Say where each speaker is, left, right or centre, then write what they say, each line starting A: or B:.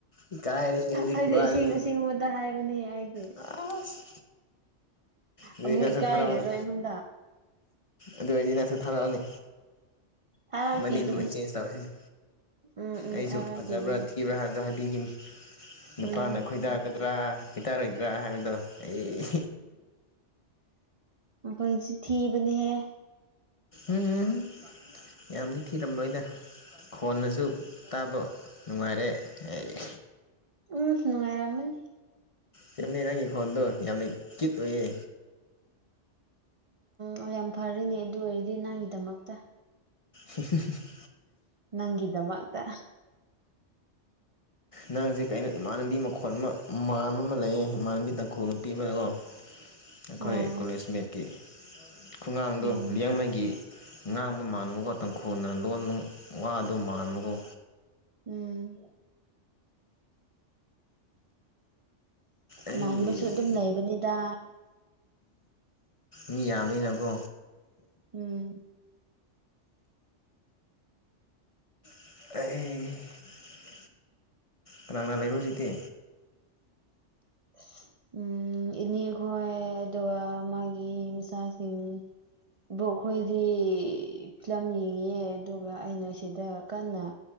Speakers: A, on the left; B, on the right.
A: ꯏꯀꯥꯏꯔꯦ ꯍꯧꯖꯤꯛꯀꯤ
B: ꯑꯩꯗꯤ
A: ꯋꯥꯗꯨꯗꯤ
B: ꯑꯁꯦꯡ ꯑꯁꯦꯡꯕꯇ ꯍꯥꯏꯕꯅꯦ ꯑꯩꯗꯤ
A: ꯑꯁ ꯑꯗꯨꯗꯤ
B: ꯑꯃꯨꯛ
A: ꯅꯪꯁꯨ
B: ꯏꯀꯥꯏꯔꯔꯣꯏ
A: ꯊꯥꯔꯛꯑꯣꯅꯦ
B: ꯑꯩꯉꯣꯟꯗ
A: ꯑꯗꯨ ꯑꯣꯢꯗꯤ ꯅꯪꯁꯨ ꯊꯥꯔꯛꯑꯣꯅꯦ
B: ꯊꯥꯔꯛꯄꯤꯒꯅꯤ
A: ꯃꯅꯤ ꯑꯗꯨꯝ ꯑꯩꯛꯆꯦꯟꯖ ꯇꯧꯔꯁꯤꯅꯤ
B: ꯎꯝ ꯎꯝ
A: ꯑꯩꯁꯨ
B: ꯊꯥꯔꯛꯄꯤꯒꯅꯤ
A: ꯐꯖꯕ꯭ꯔꯥ ꯊꯤꯕ꯭ꯔꯥ ꯍꯥꯏꯕꯗꯣ ꯍꯥꯏ ꯅꯨꯄꯤꯒꯤꯅꯤ ꯅꯨꯄꯥꯅ
B: ꯎꯝ
A: ꯈꯣꯏꯗꯥꯒꯗ꯭ꯔꯥ ꯈꯣꯏꯗꯥꯔꯣꯏꯗ꯭ꯔꯥ ꯍꯥꯏꯕꯗꯣ ꯑꯩ
B: ꯑꯈꯣꯏꯁꯨ ꯊꯤꯕꯅꯤ ꯍꯦ
A: ꯎꯝ ꯎꯝ ꯌꯥꯝꯗꯤ ꯊꯤꯔꯝꯃꯣꯏꯅ ꯈꯣꯟꯅꯁꯨ ꯇꯥꯕ ꯅꯨꯡꯉꯥꯏꯔꯦ ꯑꯩ
B: ꯎꯝ ꯅꯨꯡꯉꯥꯏꯔꯝꯃꯅꯤ
A: ꯆꯦꯅꯦ ꯅꯪꯒꯤ ꯈꯣꯟꯗꯣ ꯌꯥꯝꯅ ꯀ꯭ꯌꯨꯠ ꯑꯣꯏꯌꯦ
B: ꯎꯝ ꯌꯥꯝ ꯐꯔꯦꯅꯦ ꯑꯗꯨ ꯑꯣꯏꯔꯗꯤ ꯅꯪꯒꯤꯗꯃꯛꯇ
A: ꯍ ꯍ ꯍꯨꯝ
B: ꯅꯪꯒꯤꯗꯃꯛꯇ
A: ꯅꯡꯁꯦ ꯀꯩꯅꯣ ꯏꯃꯥꯟꯅꯕꯤ ꯃꯈꯣꯜ ꯑꯃ ꯃꯥꯟꯕ ꯑꯃ ꯂꯩꯌꯦ ꯏꯃꯥꯟꯅꯕꯤ ꯇꯥꯡꯈꯨꯜ ꯅꯨꯄꯤ ꯑꯃ ꯀꯣ ꯑꯩꯈꯣꯏ
B: ꯑꯣ
A: ꯀꯣꯂꯦꯖꯃꯦꯠꯀꯤ ꯈꯨꯡꯒꯥꯡꯗꯣ
B: ꯎꯝ
A: ꯂꯤꯌꯥꯡꯃꯩꯒꯤ ꯉꯥꯡꯕ ꯃꯥꯟꯅꯕꯀꯣ ꯇꯥꯡꯈꯨꯜ ꯂꯣꯟꯕ ꯋꯥꯗꯣ ꯃꯥꯟꯕꯒꯣ
B: ꯎꯝ
A: ꯑꯩ
B: ꯃꯥꯟꯕꯁꯨ ꯑꯗꯨꯝ ꯂꯩꯕꯅꯤꯗ
A: ꯃꯤ ꯌꯥꯝꯃꯤꯅꯀꯣ
B: ꯎꯝ
A: ꯑꯩ ꯀꯅꯥ ꯂꯩꯕ꯭ꯔ ꯍꯨꯖꯤꯛꯇꯤ
B: <inaudible> ꯎꯝ ꯏꯅꯦꯈꯣꯏ ꯑꯗꯨꯒ ꯃꯥꯒꯤ ꯃꯆꯥꯁꯤꯡ ꯕꯣꯛ ꯈꯣꯏꯗꯤ ꯂꯝ ꯌꯦꯡꯉꯦ ꯑꯗꯨꯒ ꯑꯩꯅ ꯁꯤꯗ ꯀꯟꯅ